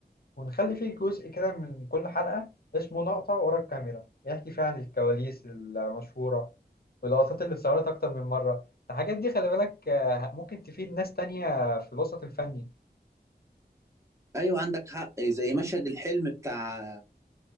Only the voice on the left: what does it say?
ونخلي فيه جزء كده من كل حلقة اسمه لقطة ورا الكاميرا يحكي فيها عن الكواليس المشهورة واللقطات اللي اتصورت أكتر من مرة الحاجات دي خلي بالك آه، ممكن تفيد ناس تانية في الوسط الفني